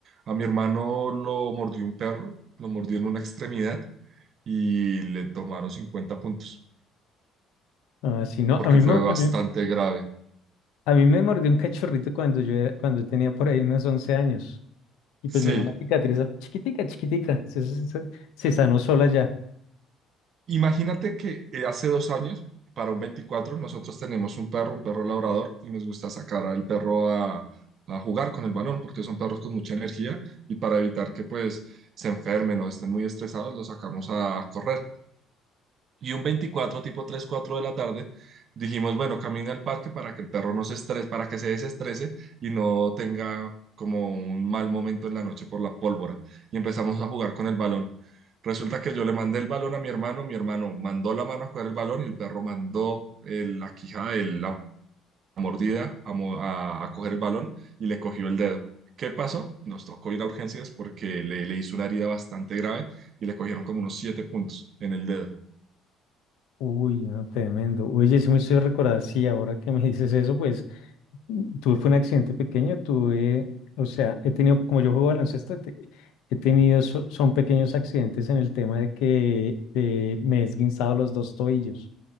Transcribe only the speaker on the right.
A mi hermano lo mordió un perro, lo mordió en una extremidad y le tomaron 50 puntos,
porque
fue
bastante
grave.
Sí,
Imagínate que eh, hace dos años, para un veinticuatro nosotros tenemos un perro, un perro labrador, y nos gusta sacar al perro a, a jugar con el balón, porque son perros con mucha energía, y para evitar que pues se enfermen o estén muy estresados, los sacamos a correr. Y un veinticuatro tipo 3 4 de la tarde, dijimos, bueno, camina al parque para que el perro no se estrese, para que se desestrese y no tenga como un mal momento en la noche por la pólvora. Y empezamos a jugar con el balón. Resulta que yo le mandé el balón a mi hermano, mi hermano mandó la mano a coger el balón y el perro mandó eh, la quijada, el- la mordida a, mo- a- a coger el balón y le cogió el dedo. ¿Qué pasó? Nos tocó ir a urgencias porque le, le hizo una herida bastante grave y le cogieron como unos siete puntos en el dedo.